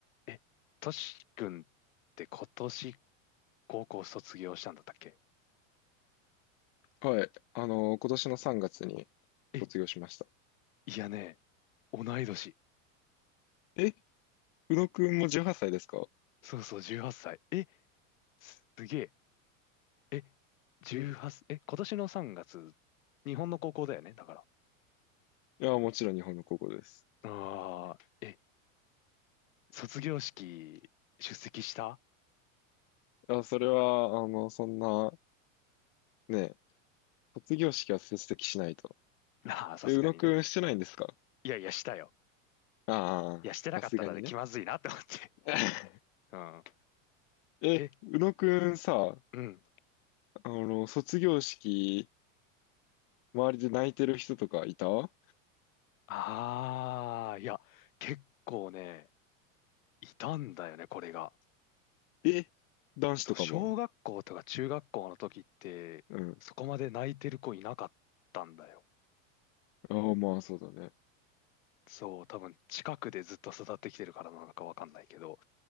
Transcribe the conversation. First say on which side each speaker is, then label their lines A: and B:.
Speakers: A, on the left (about 80°); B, on the left (about 50°).
A: え、トシ君って今年高校卒業したんだったっけ
B: はい。あの、今年の3月に
A: え、
B: 卒業しました。
A: いやね、同い年。
B: え、宇野くんも18歳ですか
A: そうそう、18歳。え、すげえ。え、18、
B: うん
A: え、今年の3月、日本の高校だよね、だから。
B: いや、もちろん日本の高校です。
A: ああ、え、卒業式出席した
B: あ、それは、あの、そんな、ね、卒業式は出席しないと。
A: あ <laughs> あー、さすがにね。
B: え、宇野くんしてないんですか
A: いやいや、したよ。
B: ああー、
A: いや、してなかったらね、
B: さすがにね。
A: 気まずいなって思って。
B: <laughs>
A: うん。
B: え、
A: え、
B: 宇野くんさ、
A: うん。
B: あの、卒業式、周りで泣いてる人とかいた
A: ああ、いや、結構ね、いたんだよね、これが。
B: え、男子とかも。
A: そう、小学校とか中学校の時って、
B: うん。
A: そこまで泣いてる子いなかったんだよ。
B: ああ、まあ、そうだね。
A: そう、多分近くでずっと育ってきてるからなのかわかんないけど。